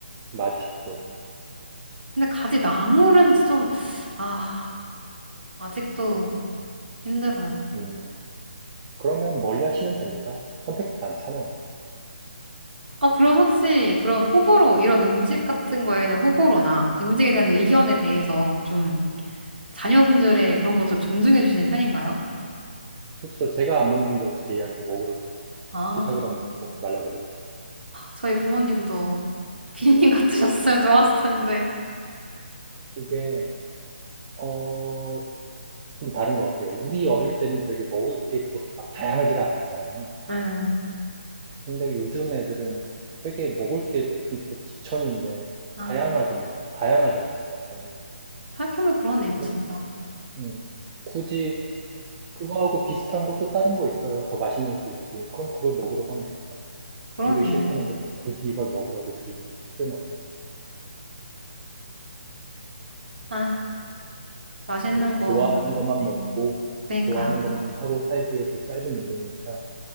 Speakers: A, on the right; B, on the right.
A: 맞으시죠.
B: 근데 가지 나물은 좀, 아, 아직도 힘들어요.
A: 음. 그러면 멀리 하시면 됩니다. 선택지 많잖아요.
B: 어, 그럼 혹시 그런 호불호, 이런 음식 같은 거에 대한 호불호나 음식에 대한 의견에 대해서 좀 자녀분들의 그런 것도 존중해 주시는 편인가요?
A: 그렇죠. 제가 안 먹는데 어떻게 얘한테 먹으라고 그래.
B: 아,
A: 싫다 그러면 먹지 말라 그러지.
B: 저희 부모님도 <laughs> 비님 같으셨으면 좋았을 텐데.
A: 그게, 어, 좀 다른 것 같아요. 우리 어릴 때는 되게 먹을 게 그렇게 막 다양하지가 않았잖아요.
B: 음,
A: 근데 요즘 애들은 되게 먹을 게 진짜 지천인데
B: 아,
A: 다양하잖, 다양하잖아요. 이렇게.
B: 생각해보면 그러네요,
A: 근데,
B: 진짜.
A: 음, 굳이 그거하고 비슷한 거 또 다른 거 있어요. 더 맛있는 것도 있고. 그럼 그걸 먹으라고 하면 되죠.
B: 그러네요.
A: 이게 싫다는데 꼭 굳이 이걸 먹으라고 드리는 필요는 없잖아요.
B: 아, 맛있는
A: 그
B: 거.
A: 좋아하는 것만
B: 네,
A: 먹고
B: 그니까요.
A: 좋아하는 것만 하고 살기에도 짧은 인생이니까